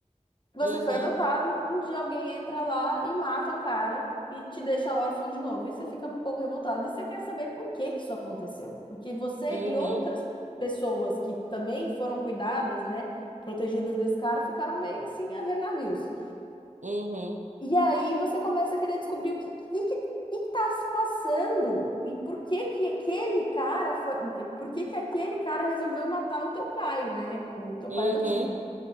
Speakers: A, on the left; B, on the right.
A: Você
B: Uhum,
A: foi adotado, um dia alguém entra lá e mata o cara e te deixa órfão de novo. E você fica um pouco revoltado. E você quer saber por que que isso aconteceu. Porque você
B: uhum,
A: e outras pessoas que também foram cuidadas, né, protegidas desse cara, ficaram meio assim a ver navios.
B: uhum,
A: E aí você começa a querer descobrir o que, que, que, que que tá se passando e por que que aquele cara foi, por que que aquele cara resolveu matar o teu pai, né? O teu pai
B: uhum,
A: adotivo.